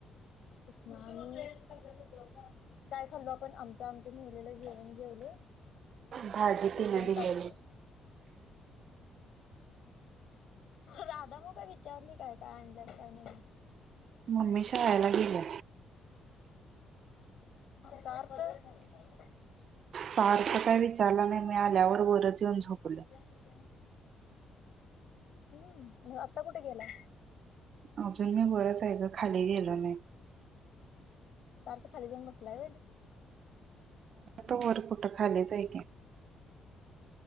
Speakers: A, on the left (about 70°); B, on the right (about 60°).
A: संग सबा काय खाल्लो आपण आमच आमचं नेहिलेलं जेवण जेवलो
B: भाजी
A: आणि झुकून
B: तिनं दिलेली
A: टाकलो राधा म काय विचारली काय काय आणल्यास काय नाही
B: मम्मी शाळेला गेले
A: सार तर.
B: सारखं काय विचारला नाही मी आल्यावर वरच येऊन झोपलं.
A: <inaudible> हम्म आता कुठे गेलाय.
B: अजून मी वरच आहे खाली गेलो नाही
A: तरार तर खाली जाऊ बसलाय.
B: त वर कुठं खालीच आहे का.